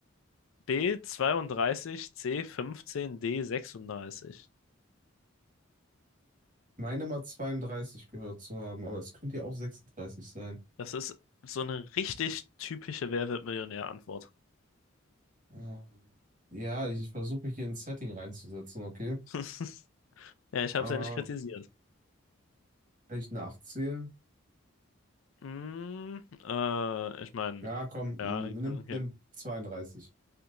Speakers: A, on the left; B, on the right.
A: B. 32 C. 15 D. sechsunddreißig
B: Meine mal 32 gehört zu haben, aber es könnte ja auch 36 sein.
A: Das ist so eine richtig typische Wer wird Millionär-Antwort.
B: Ah. Ja, ich, ich versuche mich hier in ein Setting reinzusetzen, okay? Äh,
A: <laughs> Ja, ich
B: kann
A: habe es ja nicht kritisiert.
B: ich nachzählen?
A: Mm, äh, ich meine,
B: Ja, komm,
A: ja,
B: n- nimm,
A: okay.
B: nimm 32.